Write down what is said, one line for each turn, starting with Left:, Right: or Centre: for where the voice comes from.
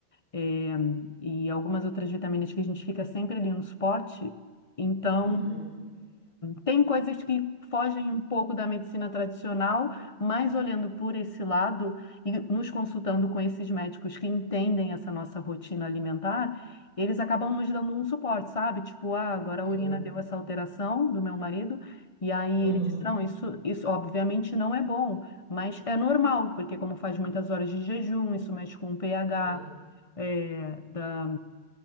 Left: eh, e algumas outras vitaminas que a gente fica sempre ali no suporte. Então,
Right: uhum.
Left: tem coisas que fogem um pouco da medicina tradicional, mas olhando por esse lado e nos consultando com esses médicos que entendem essa nossa rotina alimentar, eles acabam nos dando um suporte, sabe? Tipo, ah, agora
Right: É
Left: a urina
Right: bom.
Left: deu essa alteração do meu marido, e aí
Right: Uhum.
Left: ele disse, não, isso, isso obviamente não é bom, mas é normal, porque como faz muitas horas de jejum, isso mexe com o pH,
Right: Sim.
Left: eh, da